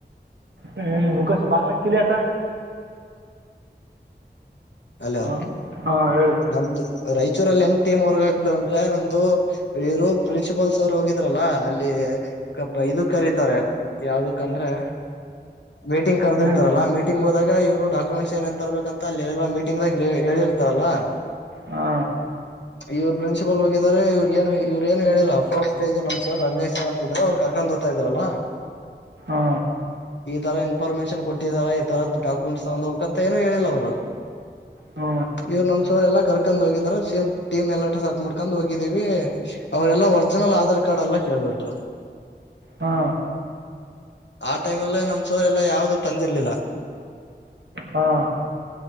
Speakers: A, on the right; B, on the left.
A: ಹ್ಮ್ ಕಸ ಬಾಗಲ ಕಲಕ್ಕ
B: ಅಲೋ
A: ಹಾ ಹಾ ಹೇಳಿ
B: ನಮ್ದು ರಾಯಚೂರಲ್ಲಿ ಹೆಂಗ ಟೀಮ್ ವರ್ಗ ಆಕ್ದಂದ್ರೆ ನಮ್ದು ಇರು ಪ್ರಿನ್ಸಿಪಾಲ್ ಸರ್ ಹೋಗಿದ್ರಲ್ಲ ಅಲ್ಲಿ ಇದುಕ್ ಕರತಾರೆ ಯಾವ್ದಕ್ಂದ್ರೆ ಮೀಟಿಂಗ್ ಕದಿರ್ತಲ್ಲ
A: ಹ್ಮ್
B: ಮಟಿಂಗ್ೋದಾಗ ಇವರುಡಾಕ್ಯುೆಂಟ್ಸ್ ಏನ್ ತರಬೇಕ ಅಲ್ಲಿಲ್ಲ ಂಗಾಗ ಹೇಳಿರ್ತಾರಲ್ಲಾ
A: ಹಾ
B: ಇವ್ ಪ್ರಿನ್ಸಿಪಲ್ ಹೋಗಿದಿದ್ದಾರೆ ಇವ್ರ ಏನು ಇವ್ರ ಏನು ಹೇಳಿಲ್ಲ ಫೋಸ್ ಸ್ಟಜ್ ನಮ್ರ್ ರಂಗೇಶ್ವರ್ ಅಂತ್ರ ಅವ್ ಕರ್ಕೊಂಡ್ೋಗ ತ ಇದ್ರಲ್ಲ
A: ಹಾ
B: ಈ ತರ ಇ ಇನ್ಫಾರರ್ಮೇಶನ್ ಕೊಟ್ಟಿದಾರ ಈ ತರದ ಡಾಕ್ಯುಮೆಂಟ್ ತಗ್ ಹೋಗಕ್ ಅಂತ ಏನು ಹೇಳಿಲ್ಲ ಅವರು
A: ಹಾ
B: ಇವ್ ನಮಸ ಎಲ್ಲ ಕರ್ಕೊಂಡ್ ಹೋಗಾರ ಸೇಮ್ಟಮ್ ಎಲ್ಲ ಸ ಮಾಡ್ಕೊಂಡ್ ಹೋಗಿದೀವಿ ಅವ್ರರೆಲ್ಲ ಒರ್ಜಿನಲ್ ಆಧಾರ್ ಕಾರ್ಡ್ ಎಲ್ಲ ಕೇಳ್ಬಟ್ರ
A: ಹಾ
B: ಆ ಟೈಮ್ಲ್ಲೇ ನಮ್ ಸೋರೆಲ್ಲಾ ಯಾವ್ದು ತಂದಿರ್ಲಿಲ್ಲ
A: ಹಾ